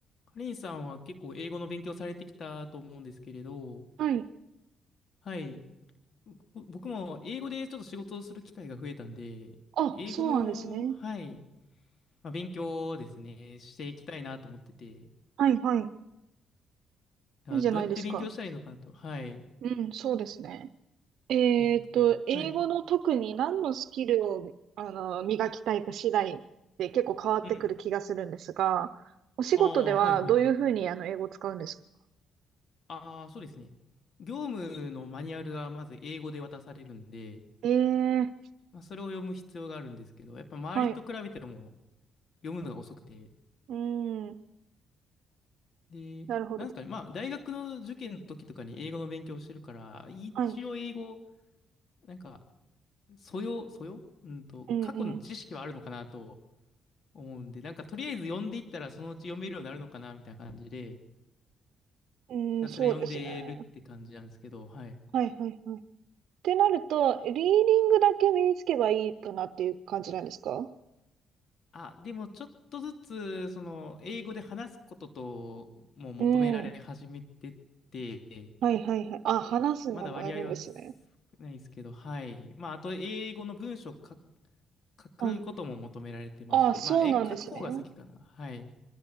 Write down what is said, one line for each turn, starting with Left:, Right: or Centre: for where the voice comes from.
Left: カレンさんは結構英語の勉強されてきたと思うんですけれど、
Right: はい。
Left: はい。ぼ僕も英語でちょっと仕事をする機会が増えたんで、
Right: あ、
Left: 英語の、
Right: そうなんですね。
Left: はい、まあ、勉強をですね、していきたいなと思ってて、
Right: はいはい。
Left: あ、
Right: いいじゃないですか。
Left: どうやって勉強したらいいのかなと、はい、
Right: うん、そうですね。えーっと、
Left: 思ってて、
Right: 英語の特に何のスキルを、
Left: はい。
Right: あの、磨きたいか次第で結構変わってくる気がするんですが、
Left: うん。
Right: お仕事ではどういうふうにあの英語を使うんですか
Left: ああ、はいはい。ああ、そうですね。業務のマニュアルがまず英語で渡されるんで、
Right: ええー、
Left: まあ、それを読む必要があるんですけど、やっぱ周りと比べても
Right: はい。
Left: 読むのが遅くて、
Right: うん、
Left: で、
Right: なるほど。
Left: なんですかね、まあ、大学の受験の時とかに英語の勉強してるから、一応英語、
Right: はい。
Left: なんか、素養、素養うんと、
Right: うん
Left: 過去の知識はあるのかなと思うんで、なんか、とりあえず読んでいったら、そのうち読めるようになるのかな、みたいな感じで、
Right: うん。
Left: ひたすら読んでるって感じなんですけど、
Right: うん、そうですね。
Left: はい。
Right: はいはいはい。ってなると、リーディングだけ身につけばいいかなっていう感じなんですか
Left: あ、でも、ちょっとずつ、その、英語で話すことと、もう求められ始めてて、
Right: うん。はいはいはい。あ、話すのもやるんですね。
Left: まだ割合は少ないですけど、はい。まあ、あと、英語の文章書書くことも求められてまして、
Right: はい。あ、そうなんですね。
Left: まあ、え、書く方が先かな。はい。